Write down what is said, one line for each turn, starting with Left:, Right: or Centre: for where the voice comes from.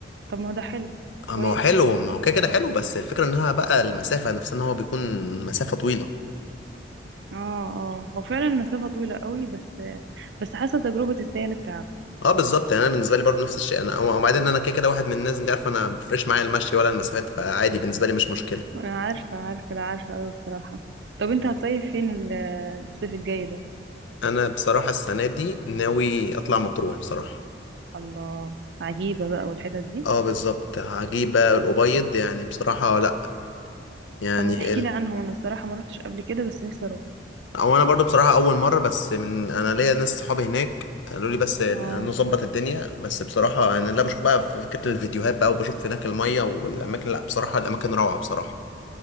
Right: طب ما هو ده حلو
Left: اه
Right: كويس
Left: ما هو حلو
Right: كده
Left: ما هو كده كده حلو بس الفكرة انها بقى المسافة نفسها ان هو بيكون مسافة طويلة
Right: اه اه هو فعلا المسافة طويلة قوي بس بس حاسة تجربة تستاهل التعب
Left: اه بالظبط يعني انا بالنسبة لي برضو نفس الشيء انا وبعدين انا كده كده واحد من الناس انت عارف انا ما بيفرقش معايا المشي ولا المسافات فعادي بالنسبة لي مش مشكلة
Right: انا عارفة عارفة لا عارفة قوي بصراحة طب انت
Left: يعني
Right: هتصيف فين ال- الصيف الجاي ده
Left: انا بصراحة السنة دي ناوي اطلع مطروح بصراحة
Right: الله عجيبة بقى والحتت دي
Left: اه بالظبط هجيب بقى الأبيض يعني بصراحة لأ يعني
Right: طب ما تحكي
Left: ال...
Right: لي عنهم انا بصراحة ما روحتش قبل كده بس نفسي اروح
Left: أو أنا برضو بصراحة أول مرة بس من أنا ليا ناس صحابي هناك قالوا لي بس
Right: اه
Left: نظبط الدنيا بس بصراحة أنا اللي بشوف بقى في فكرة الفيديوهات بقى وبشوف هناك المية والأماكن لأ بصراحة الأماكن روعة بصراحة